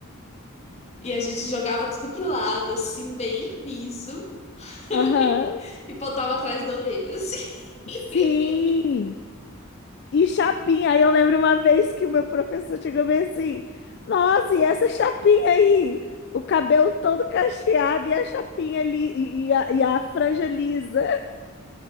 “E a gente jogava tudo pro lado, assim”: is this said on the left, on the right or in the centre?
Left